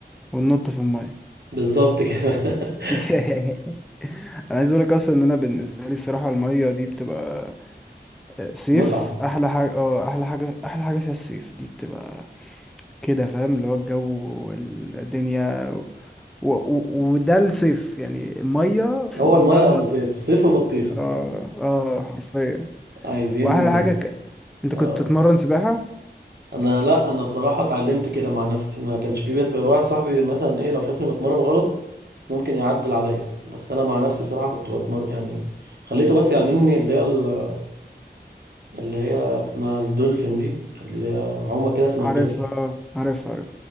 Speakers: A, in the centre; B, on the right.
A: وننط في الميه
B: بالظبط كده <laughs>
A: <laughs> انا عايز اقولك اصلا ان انا بالنسبه لي الصراحه الميه دي بتبقى آه، صيف
B: متعه
A: احلى حاجه اه احلى حاجه احلى حاجه فيها الصيف دي بتبقى كده فاهم اللي هو الجو والدنيا و... و... وده الصيف يعني ميه
B: هو
A: ونبلبط
B: الميه يعني صيف صيف وبطيخ
A: اه اه حرفيا
B: <laughs> عايزين
A: واحلى حاجه ك... انت كنت
B: اه
A: تتمرن سباحه؟
B: انا لا انا بصراحه اتعلمت كده مع نفسي ما كانش في بس غير واحد صاحبي مثلا ايه لو شافني بتمرن غلط ممكن يعدل عليا بس انا مع نفسي بصراحه كنت بتمرن يعني خليته بس يعلمني اللي هي ال- اللي هي اسمها الدولفين دي اللي هي عومه كده اسمها
A: عارفها
B: الدولفين
A: اه عارفها عارفها